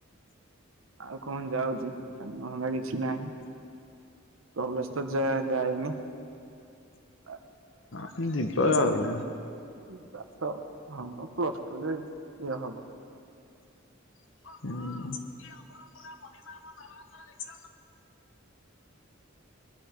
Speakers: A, on the right (about 85°); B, on the left (about 70°).
A: ଆଉ କଣ ଯାଉଚି କାମ ଧନ୍ଦା କିଛି ନାହିଁ। କଲେଜ୍ ତ ଯା ଯାଇନି। ଆ,
B: ହଁ ଯିବା ଆଉ।
A: ଏ କି ପାଠ ହଁ ବା ପ୍ଲସ୍ ଟୁରେ ଇଏ ହବ।
B: ହୁଁ।